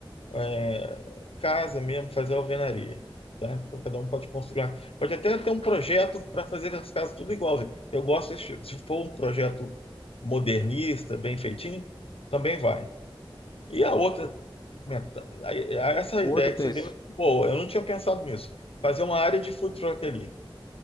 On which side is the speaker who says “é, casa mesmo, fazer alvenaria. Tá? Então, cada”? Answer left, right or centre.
Left